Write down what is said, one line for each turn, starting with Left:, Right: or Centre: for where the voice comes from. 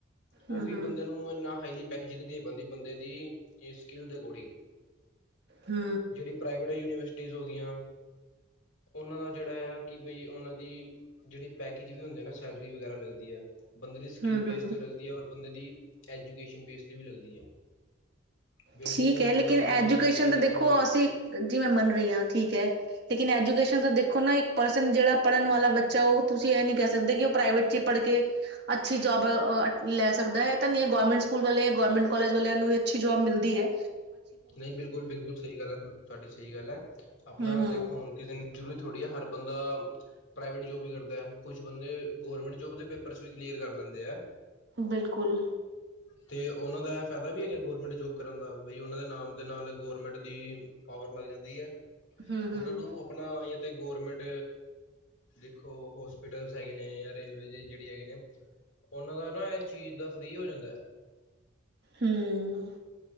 Left: ਬਉਹ
Right: ਹੂੰ,
Left: ਵੀ
Right: ਹੂੰ।
Left: ਬੰਦੇ ਨੂੰ ਇੰਨਾ ਹਾਈਲੀ ਪੈਜ ਨਹੀਂ ਦੇ ਪਾਉਂਦੀ ਬੰਦੇ ਦੀ, ਪੇ ਸਕਿੱਲ ਦੇ ਅਕੋਰਡਿੰਗ
Right: ਹੂੰ
Left: ਜਿਹੜੀ ਪ੍ਰਾਈਵੇਟ ਯੂਨੀਵਰਸਿਟੀਜ਼ ਹੋ ਗਈਆਂ, ਉਹਨਾਂ ਦਾ ਜਿਹੜਾ ਆ ਕਿ ਬਈ ਉਹਨਾਂ ਦੀ ਜਿਹੜੀ ਪੈਕੇਜ ਵੀ ਹੁੰਦੇ ਆ ਨਾ ਸੈਲਰੀ ਵਗੈਰਾ ਲੱਗਦੀ ਆ। ਬੰਦੇ ਦੀ ਸਕਿੱਲ
Right: ਹੂੰ-ਹੂੰ।
Left: ਬੇਸ 'ਤੇ ਲੱਗਦੀ ਹੈ ਔਰ ਬੰਦੇ ਦੀ ਐਜੂਕੇਸ਼ਨ ਬੇਸ 'ਤੇ ਵੀ ਲੱਗਦੀ ਹੈ। ਵੇਖਦੇ
Right: ਠੀਕ
Left: ਨੇ ਨੌਲੇਜ
Right: ਹੈ ਲੇਕਿਨ ਐਜੂਕੇਸ਼ਨ
Left: ਕਿੰਨੀ ਹੈ ਸਕਿੱਲ
Right: ਤਾਂ ਦੇਖੋ
Left: ਕਿੰਨੀ ਹੈ।
Right: ਅਸੀਂ, ਜੀ ਮੈਂ ਮੰਨ ਰਹੀ ਹਾਂ ਠੀਕ ਹੈ। ਲੇਕਿਨ ਐਜੂਕੇਸ਼ਨ ਦਾ ਦੇਖੋ ਨਾ ਇੱਕ ਪਰਸਨ ਜਿਹੜਾ ਪੜ੍ਹਨ ਵਾਲਾ ਬੱਚਾ ਉਹ ਤੁਸੀਂ ਇਹ ਨਹੀਂ ਕਹਿ ਸਕਦੇ ਕਿ ਉਹ ਪ੍ਰਾਈਵੇਟ ਚ ਪੜ ਕੇ ਅੱਛੀ ਜੋਬ ਲੈ ਸਕਦਾ ਹੈ ਤਾਂ ਨੀ ਗਰਮੈਂਟ ਸਕੂਲ ਵਾਲੇ ਗਰਮੈਂਟ ਕਾਲਜ ਵਾਲਿਆਂ ਨੂੰ ਅੱਛੀ ਜੋਬ ਮਿਲ ਦੀ ਐ
Left: ਨਹੀਂ ਬਿਲਕੁਲ- ਬਿਲਕੁਲ ਸਹੀ ਗੱਲ ਹੈ ਤੁਹਾਡੀ ਸਹੀ ਗੱਲ ਹੈ ਆਪਣਾ
Right: ਹੂੰ-ਹੂੰ
Left: ਦੇਖੋ ਹੁਣ ਕਿਸ ਜ਼ਰੂਰੀ ਥੋੜ੍ਹੀ ਹੈ ਹਰ ਬੰਦਾ ਪ੍ਰਾਈਵੇਟ ਜੋਬ ਵੀ ਕਰਦਾ ਕੁਛ ਬੰਦੇ ਗਵਰਮੈਂਟ ਜੋਬ ਦੇ ਪ ਪਰਸ ਵੀ ਕਲੀਅਰ ਕਰ ਲੈਂਦੇ ਐ।
Right: ਬਿਲਕੁਲ।
Left: ਤੇ ਉਹਨਾਂ ਦਾ ਇਹ ਫਾਇਦਾ ਵੀ ਹੈਗਾ ਗੌਰਮੈਂਟ ਜੋਬ ਕਰਨ ਦਾ, ਬਈ ਉ ਉਹਨਾ ਦੇ ਨਾਮ ਦੇ ਨਾਲ ਗਰਮੈਂਟ ਦੀ ਪਾਵਰ ਲੱਗ ਜਾਂਦੀ ਐ,
Right: ਹੂੰ-ਹੂੰ।
Left: ਉਹਨਾਂ ਨੂੰ ਆਪਣਾ ਏ ਤੇ ਗੌਰਮੈਂਟ। ਦੇਖੋ ਹੋਸਪੀਟਲਸ ਹੈਗੇ ਨੇ ਜਾਂ ਰੇਲਵੇ ਜਿਹੜੇ ਹੈਗੇ ਨੇ। ਉਹਨਾਂ ਦਾ ਨਾ ਇਹ ਚੀਜ਼ ਦਾ ਫ੍ਰਰੀ ਹੋ ਜਾਂਦਾ ਐ।
Right: ਹਮ